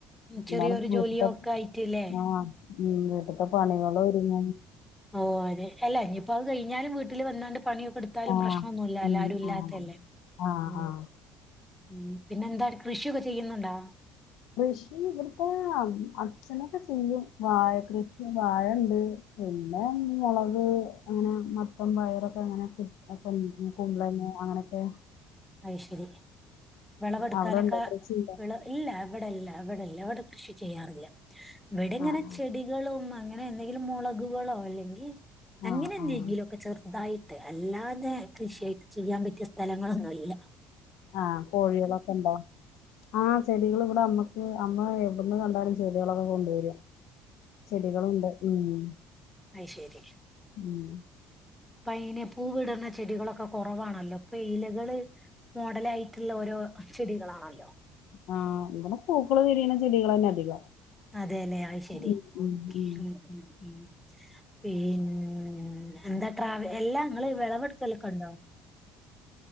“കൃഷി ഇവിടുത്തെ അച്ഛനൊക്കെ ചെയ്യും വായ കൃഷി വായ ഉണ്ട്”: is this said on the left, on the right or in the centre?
Left